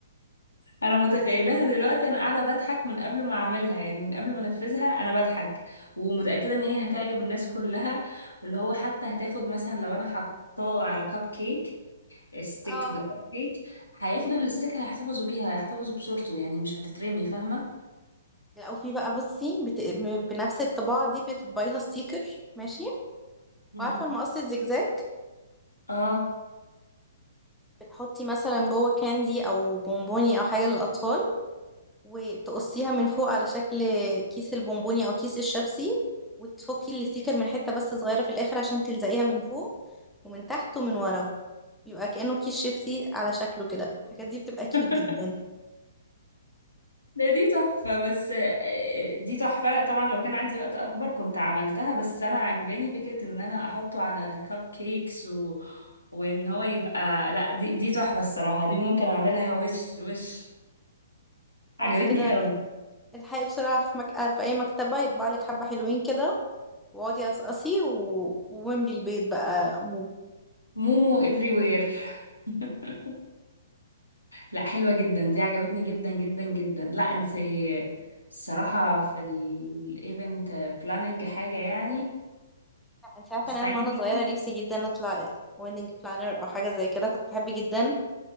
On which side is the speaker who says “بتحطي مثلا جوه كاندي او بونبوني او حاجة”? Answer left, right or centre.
Centre